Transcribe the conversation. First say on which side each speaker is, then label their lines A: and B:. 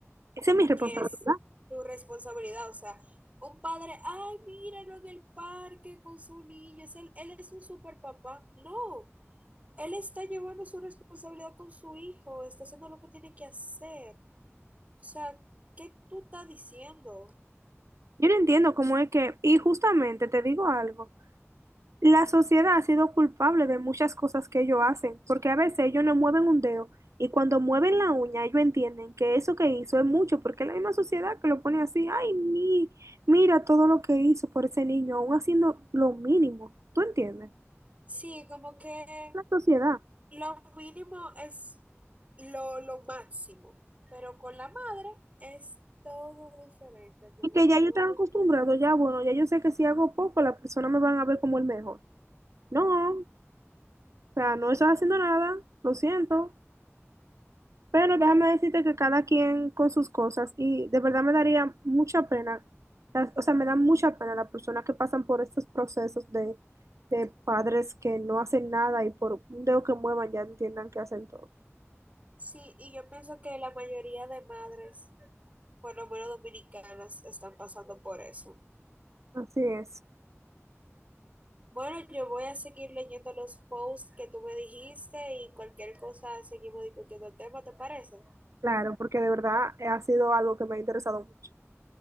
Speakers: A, on the right; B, on the right.
A: Esa es mi responsabilidad.
B: que es su responsabilidad. O sea, un padre, ay, míralo en el parque con su niño, es él, él es un super papá. No, él está llevando su responsabilidad con su hijo, está haciendo lo que tiene que hacer. O sea, ¿qué tú estás diciendo?
A: Yo no entiendo cómo es que, y justamente te digo algo, la sociedad ha sido culpable de muchas cosas que ellos hacen, porque a veces ellos no mueven un dedo y cuando mueven la uña ellos entienden que eso que hizo es mucho, porque es la misma sociedad que lo pone así, ay, mi, mira todo lo que hizo por ese niño, aún haciendo lo mínimo, ¿tú entiendes?
B: Sí, como que
A: La sociedad.
B: Lo mínimo es lo, lo máximo, pero con la madre es todo diferente, mi
A: Y
B: amor,
A: que ya
B: todo
A: yo estaba acostumbrado,
B: diferente.
A: ya bueno, ya yo sé que si hago poco, las personas me van a ver como el mejor. No, o sea, no estás haciendo nada, lo siento. Pero déjame decirte que cada quien con sus cosas y de verdad me daría mucha pena, las- o sea, me da mucha pena las personas que pasan por estos procesos de, de padres que no hacen nada y por un dedo que muevan ya entiendan que hacen todo.
B: Sí, y yo pienso que la mayoría de madres, por lo menos dominicanas, están pasando por eso.
A: Así es,
B: Bueno, yo voy a seguir leyendo los posts que tú me dijiste y cualquier cosa seguimos discutiendo el tema, ¿te parece?
A: claro, porque de verdad eh, ha sido algo que me ha interesado mucho.